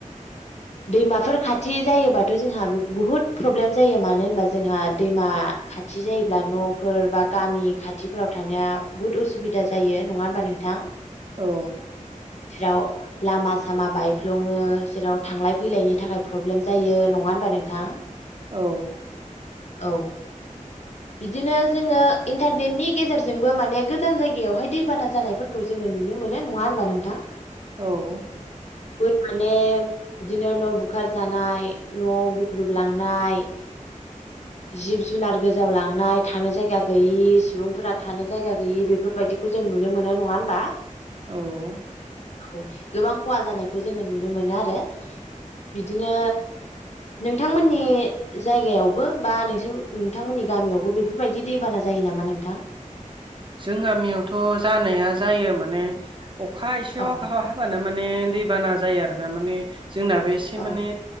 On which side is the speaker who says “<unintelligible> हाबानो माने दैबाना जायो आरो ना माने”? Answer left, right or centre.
Right